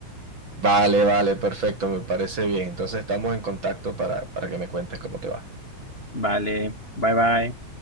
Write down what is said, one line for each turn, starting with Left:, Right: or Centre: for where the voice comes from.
Right: vale, vale, perfecto, me parece bien. Entonces estamos en contacto para, para que me cuentes cómo te va.
Left: Vale, bye bye.